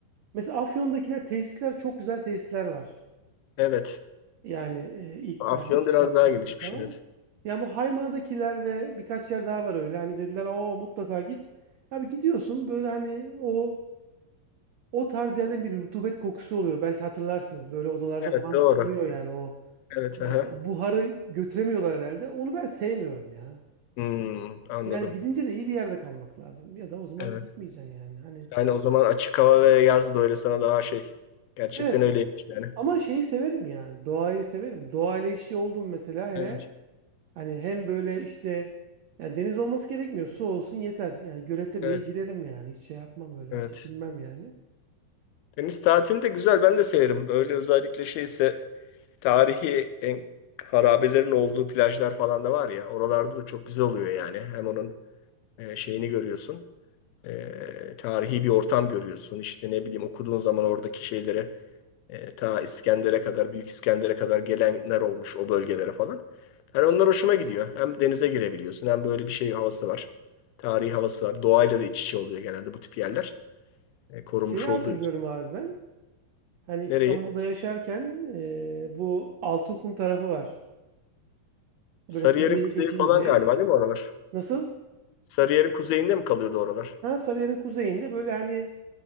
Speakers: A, on the right; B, on the left.
A: Mesela Afyon'dakiler tesisler çok güzel tesisler var.
B: Evet.
A: Yani e, İkbal
B: Afyon
A: işte
B: biraz
A: Öktem
B: daha gelişmiş.
A: falan.
B: Evet.
A: Yani bu Haymana'dakiler ve birkaç yer daha var öyle. Hani dediler o mutlaka git. Abi gidiyorsun böyle hani o o tarz yerlerin bir rutubet kokusu oluyor. Belki hatırlarsınız böyle odalarda
B: Evet
A: falan
B: doğru.
A: siniyor yani o,
B: Evet. Aha.
A: e, o buharı götüremiyorlar herhalde. Onu ben sevmiyorum ya.
B: Hmm, anladım.
A: Yani gidince de iyi bir yerde kalmak lazım. Ya da o zaman
B: Evet.
A: gitmeyeceksin yani. Hani
B: Yani o zaman açık hava ve yaz böyle sana daha şey. Gerçekten
A: evet
B: öyleymiş yani.
A: Ama şeyi severim yani. Doğayı severim. Doğayla iç içe oldum mesela hele.
B: Evet.
A: Hani hem böyle işte yani deniz olması gerekmiyor. Su olsun yeter. Yani Göletepe'ye
B: Evet.
A: girerim yani. Hiç şey yapmam öyle.
B: Evet.
A: Çekinmem yani.
B: Deniz tatilini de güzel. Ben de severim. Böyle özellikle şeyse tarihi en harabelerin olduğu plajlar falan da var ya. Oralarda da çok güzel oluyor yani. Hem onun e, şeyini görüyorsun. e, tarihi bir ortam görüyorsun. İşte ne bileyim okuduğun zaman oradaki şeylere, e, ta İskender'e kadar, Büyük İskender'e kadar gelenler olmuş o bölgelere falan. Hani onlar hoşuma gidiyor. Hem denize girebiliyorsun hem böyle bir şey havası var. Tarihi havası var. Doğayla da iç içe oluyor genelde bu tip yerler. E, korunmuş
A: Şeyi hatırlıyorum
B: olduğu için.
A: abi ben. Hani İstanbul'da
B: Nereyi?
A: yaşarken eee, bu Altınkum tarafı var. Böyle
B: Sarıyer'in
A: Sarıyer'i
B: kuzeyi
A: geçince.
B: falan galiba değil mi oralar?
A: Nasıl?
B: Sarıyer'in kuzeyinde mi kalıyordu oralar?
A: Ha, Sarıyer'in kuzeyinde böyle hani